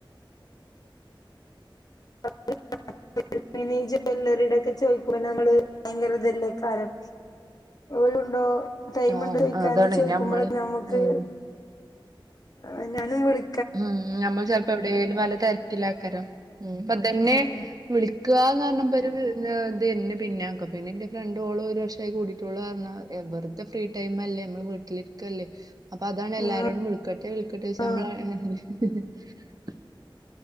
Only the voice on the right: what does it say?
ആഹ്
അതാണ്
ഞമ്മള്
ഉം
ഉം നമ്മൾ ചെൽപ്പോ എവിടേലും നല്ല തെര്ക്കിലാക്കാരം പ്പം ഇതന്നെ
വിളി കാന്ന് അർഞ്ഞപ്പൊ ഒരു ഇതേനി പിന്നെ ആക്ക പിന്നെ ന്റെ ഫ്രണ്ട് ഓള് ഒരു വർഷായി കൂടിട്ട് ഓള് അർഞ്ഞു വെറുതെ ഫ്രീ ടൈം അല്ലേ നമ്മള് വീട്ടിലിരിക്കല്ലേ. അപ്പൊ അതാണ് എല്ലാരോടും
വിളക്കട്ടെ വിളക്കട്ടെ
<unintelligible>